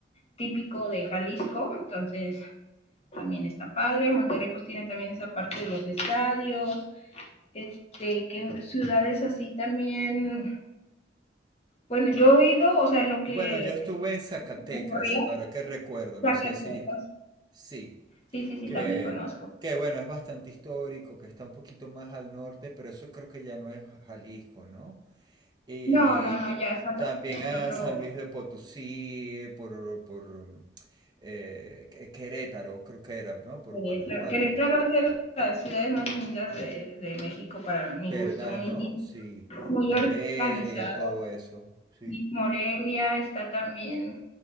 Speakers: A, on the left; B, on the right.
A: típico de Jalisco, entonces también está padre. Monterrey pues tiene también esa parte de los estadios, este, que ciudades así también. Bueno, yo he ido, o sea, lo que
B: Bueno, yo estuve en Zacatecas,
A: me ocurrió,
B: ahora que recuerdo, no
A: Zacatecas.
B: sé si sí,
A: Sí, sí, sí,
B: que,
A: también conozco.
B: que bueno, es bastante histórico, que está un poquito más al norte, pero eso creo que ya no es Jalisco, ¿no? Y
A: No, no, no, ya Zacatecas
B: también a
A: es otro,
B: San Luis de Potosí, por, por eh, Qu- Querétaro, creo que era, ¿no? Por
A: Sí,
B: Guanajuato,
A: claro. Querétaro es de las ciudades más lindas de, de México para mi
B: ¿verdad,
A: gusto, muy
B: no?
A: limpio,
B: Sí,
A: muy
B: Morelia,
A: organizado.
B: todo eso, sí.
A: Y Morelia está también,